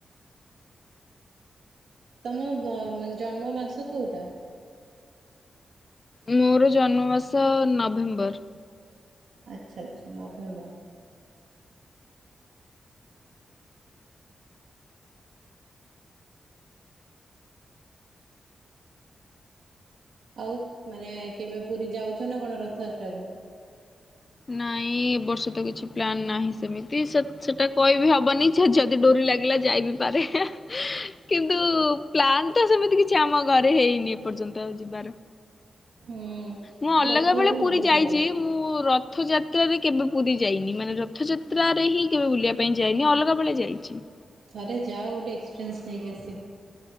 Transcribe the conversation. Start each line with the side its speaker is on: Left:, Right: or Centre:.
Right: ତମ ବ ମାନେ ଜନ୍ମ ମାସ କୋଉଟା?
Left: ମୋର ଜନ୍ମମାସ ନଭେମ୍ବର।
Right: ଆଚ୍ଛା ଆଚ୍ଛା ନଭେମ୍ବର। ଆଉ ମାନେ କେବେ ପୁରୀ ଯାଉଚ ନା କଣ ରଥଯାତ୍ରା କୁ?
Left: ନାଇଁ ଏବର୍ଷ ତ କିଛି ପ୍ଲାନ୍ ନାହିଁ ସେମିତି ସେ ସେଟା କହିବି ହବନି। ଯ ଯଦି ଡୋରି ଲାଗିଲା ଯାଇ ବିି ପାରେ ହେଁ। କିନ୍ତୁ ପ୍ଲାନ୍ ତ ସେମିତି କିଛି ଆମ ଘରେ ହେଇନି ଏପର୍ଯ୍ୟନ୍ତ ଯିବାର।
Right: ହୁଁ।
Left: ମୁଁ ଅଲଗା
Right: ରଥଯାତ୍ରା
Left: ବେଳେ
Right: ବି
Left: ପୁରୀ
Right: ବହୁତ
Left: ଯାଇଚି
Right: ବଡ଼
Left: ମୁଁ ରଥଯାତ୍ରାରେ କେବେ ପୁରୀ ଯାଇନି। ମାନେ ର ଥଯାତ୍ରାରେ ହିଁ କେବେ ବୁଲିବା ପାଇଁ ଯାଇନି ଅଲଗା ବେଳେ ଯାଇଚି।
Right: ଥରେ ଯାଅ ଗୋଟେ ଏକ୍ସପିରିଏନ୍ସ ନେଇକି ଆସିବ।